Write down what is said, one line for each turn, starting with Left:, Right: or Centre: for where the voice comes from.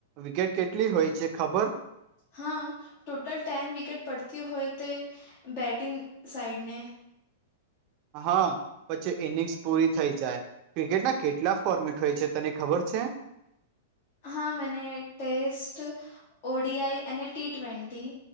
Right: વિકેટ કેટલી હોય છે ખબર?
Left: હાં ટોટલ ટેન વિકેટ પડતી હોય તે બેટિંગ સાઈડને
Right: હાં પછી ઈનિંગ્સ પૂરી થઈ જાય. ક્રિકેટના કેટલા ફોર્મેટ હોય છે તને ખબર છે?
Left: હા મને ટેસ્ટ ઓ ડી આઈ અને ટી ટ્વેન્ટી